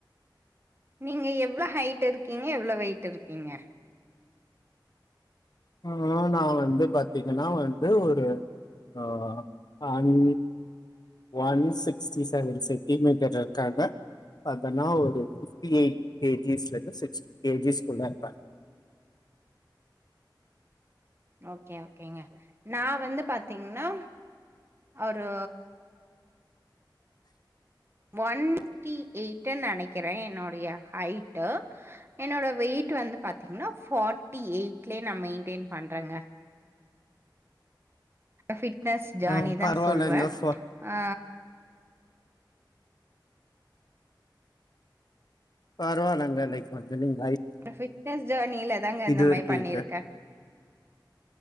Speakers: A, on the right; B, on the left.
A: நீங்க எவ்வளோ ஹைட் இருக்கீங்க எவ்வளோ வெயிட் இருக்கீங்க
B: ஆ நா வந்து பாத்தீங்கன்னா வந்து ஒரு ஆ ஹன் ஒன் சிக்ஸ்டி செவன் சென்டிமீட்டர் இருக்காங்க பாத்தன்னா ஒரு ஃபிஃப்டி எயிட் கேஜிஸ்ல இருந்து சிக்ஸ்ட் கேஜிஸ் குள்ள இருப்பே
A: ஓகே ஓகேங்க நா வந்து பாத்தீங்கன்னா ஒரு ஒன் ட்டி எயிட்டுன் நெனைக்கிறே என்னோடைய ஹைட்டு என்னோட வெயிட்டு வந்து பாத்தீங்கன்னா ஃபார்ட்டி எயிட்லயே நா மெயின்டெய்ன் பண்றேங்க ஃபிட்னஸ் ஜர்னி
B: ஆ
A: தா
B: பரவாயில்லங்க
A: நா சொல்லுவே
B: ஃப
A: ஆ
B: பரவால்லைங்க லைக் வந்து நீங்
A: ஃபிட்னஸ் ஜேர்னில தாங்க இந்த
B: இது
A: மாரி
B: இருக்கீங்க
A: பண்ணிருக்கே